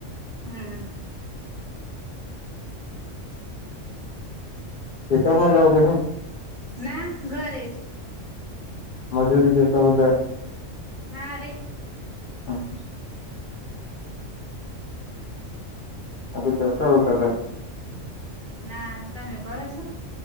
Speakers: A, on the right; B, on the left.
A: હમ.
B: <unintelligible>
A: ના ઘરે
B: મજૂરી જેતા <unintelligible>
A: ના રે.
B: હા. આ તે એકાદા.
A: ના, તમે કરો છો?